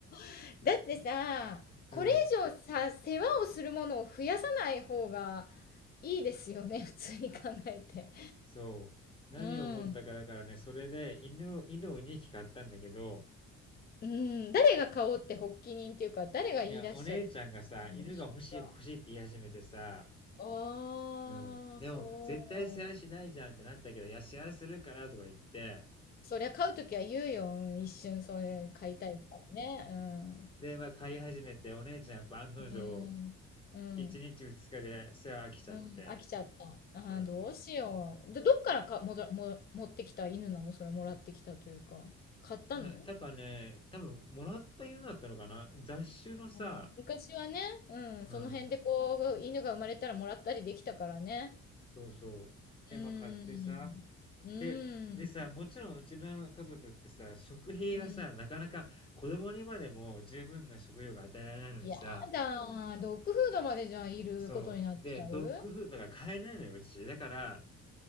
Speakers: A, on the left; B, on the left.
A: <laughs> だってさ、これ以上さ、
B: うん
A: 世話をするものを増やさない方がいいですよね、<laughs> 普通に考えて。
B: そう。何を思ったかだからね、
A: うん。
B: それで犬を犬を2匹買ったんだけど、
A: うん。誰が買おうって発起人っていうか、誰が言い出しちゃっ
B: いや、お姉ちゃんがさ、
A: たんでしょうか。
B: 犬が欲しい欲しいって言い始めてさ、
A: ああ、
B: うん。でも、
A: そう。
B: 絶対世話しないじゃんってなったけど、いや、世話するからとか言って、
A: そりゃ買うときは言うよ。うん一瞬それ買いたいからね。うん。
B: で、まあ、飼い始めて、お姉ちゃんやっぱ案の定、
A: うん。うん。
B: 1日2日で世話飽きちゃって、
A: うん、飽きちゃった。あーどうしよう。
B: うん。
A: で、どっからか、もだ、も、持ってきた犬なのそれもらってきたというか。買ったの
B: なんか、だからね、多分、もらった犬だったのかな雑種のさ、
A: うん、昔はね、うん、
B: うん。
A: その辺でこう、犬が生まれたらもらったりできたからね。
B: そうそう。で、
A: うーん。
B: ま、買ってさ、
A: うーん。
B: ででさ、もちろんうちの家族ってさ、食費がさ、
A: うん。
B: なかなか子供にまでも十分な食料が与えられないのにさ、
A: やだー。ドッグフードまでじゃあいることになっちゃう
B: そう、で、ドッグフードが買えないのよ、うち。だから、